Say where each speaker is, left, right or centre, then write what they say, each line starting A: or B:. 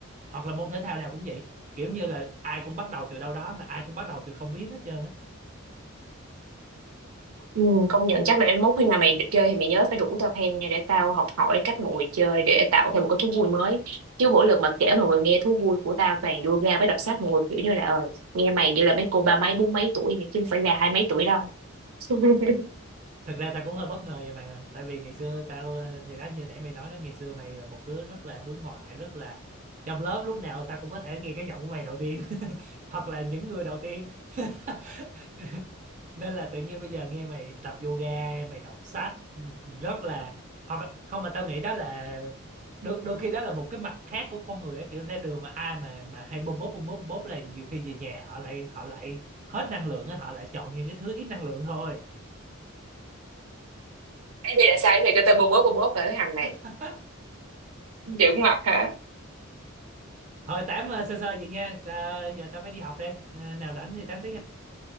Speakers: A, on the right; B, on the right.
A: hoặc là môn thể thao nào cũng vậy kiểu như là ai cũng bắt đầu từ đâu đó mà ai cũng bắt đầu từ không biết hết trơn á
B: Ừ, công nhận chắc để mốt khi nào mày chơi thì mày nhớ phải rủ tao theo nha để tao học hỏi cách mọi người chơi để tạo thêm một cái thú vui mới chứ mỗi lần mà kể mọi người nghe thú vui của tao toàn yoga với đọc sách mọi người kiểu như là ờ nghe mày như là mấy cô ba mấy bốn mấy tuổi vậy chứ không phải là hai mấy tuổi đâu <laughs>
A: thực ra tao cũng hơi bất ngờ về mày mà tại vì ngày xưa tao ờ, thì đó như nãy mày nói đó ngày xưa mày là một đứa rất là hướng ngoại rất là trong lớp lúc nào tao cũng có thể nghe cái giọng của mày đầu tiên <laughs> hoặc là những người đầu tiên <laughs> nên là tự nhiên bây giờ nghe mày tập yoga mày đọc sách ừ, rất là hoặc không mà tao nghĩ đó là đôi, đôi khi đó là một cái mặt khác của con người á, kiểu ra đường mà ai mà mà hay bóp bóp bóp bóp bóp là nhiều khi về nhà họ lại họ lại hết năng lượng á, họ lại chọn những cái thứ ít năng lượng thôi
B: Thế thì là sao mày kêu tao bố bố bố bố phải cái thằng này
A: <laughs>
B: Dữ mặt hả
A: thôi tám ờ, sơ sơ vậy nha ta, giờ ta phải đi học đây Ờ, nào rảnh thì tám tiếng nha.